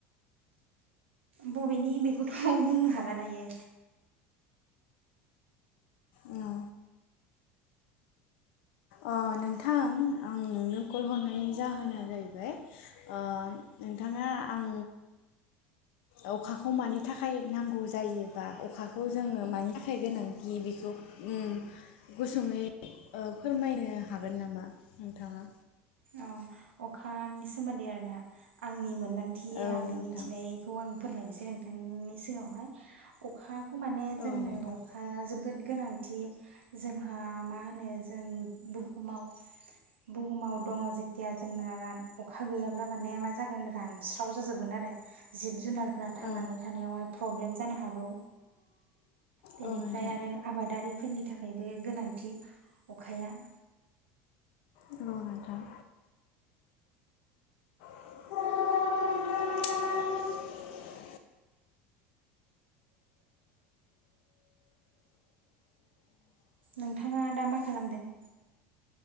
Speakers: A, on the right (about 80°); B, on the left (about 65°).
A: बबेनि बेखौथ बुंनो हाला दायो
B: औ ओ नोंथां आं नोंनो कल हरनायनि जाहोना जाहैबाय ओ नोंथाङा आं अखाखौ मानि थाखाय नांगौ जायोबा अखाखौ जोङो मानि थाखाय गोनांथि बेखौ उम गुसुङै ओ फोरमायनो हागोन नामा नोंथाङा
A: अ अखानि सोमोन्दै आरोना आंनि मोन मोनदांथियो
B: औ नोंथां
A: आंनि मिथिनायखौ आं फोरमायनोसै नोंथांनि सिगाङावहाय अखा खौ माने
B: औ
A: जोंनो
B: नोंथां
A: अखाया जो बोद गोनांथि जोंहा हा मा होनो जों बुहुमाव बुहुमाव दङो जेथिया जोंना रान अखा गैयाब्ला माने मा जागोन रानस्राव जाजोबगोन आरो जिब जुनार फ्रा थांनानै
B: औ
A: थानायावहाय प्रब्लेम जानो हागौ बेनिफ्राय
B: औ नोंथां
A: आरो आबादारि फोरनि थाखायबो गोनांथि अखाया
B: ल नोंथां <unintelligible>
A: नोंथाङा दा मा खालामदों?